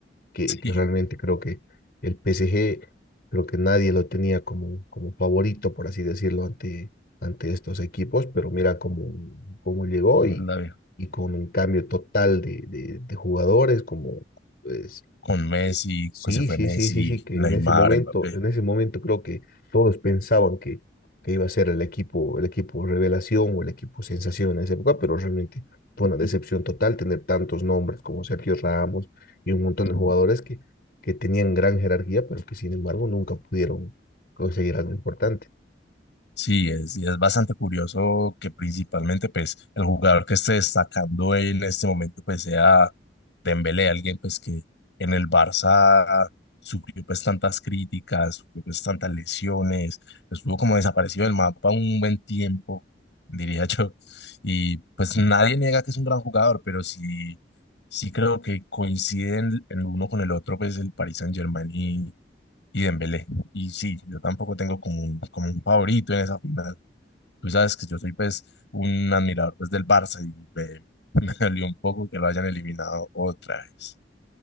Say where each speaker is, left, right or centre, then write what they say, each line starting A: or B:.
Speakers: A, on the left; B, on the left.
A: que,
B: Sí,
A: que realmente creo que el PSG, creo que nadie lo tenía como, como favorito, por así decirlo, ante, ante estos equipos, pero mira cómo, cómo llegó
B: no
A: y,
B: la veo.
A: y con un cambio total de, de, de jugadores, como pues,
B: Con Messi,
A: Sí,
B: que se fue
A: sí,
B: Messi,
A: sí, sí, sí, que
B: Neymar,
A: en ese momento,
B: Mbappé.
A: en ese momento creo que todos pensaban que, que iba a ser el equipo, el equipo revelación o el equipo sensación en esa época, pero realmente fue una decepción
B: Mm,
A: total tener tantos nombres como Sergio Ramos y un montón
B: mm,
A: de jugadores que, que tenían gran jerarquía, pero que sin embargo nunca pudieron conseguir algo importante.
B: Sí, es, y es bastante curioso que principalmente pues el jugador que esté destacando en este momento pues sea Dembélé, alguien pues que en el Barça sufrió pues tantas críticas, sufrió pues tantas lesiones, estuvo como desaparecido del mapa un buen tiempo, diría <laughs> yo, y pues nadie niega que es un gran jugador, pero sí, sí creo que coinciden el uno con el otro pues el Paris Saint-Germain y Dembélé. Y sí, yo tampoco tengo como un, como un favorito en esa final. Tú sabes que yo soy pues un admirador pues del Barça y me, <laughs> me dolió un poco que lo hayan eliminado otra vez.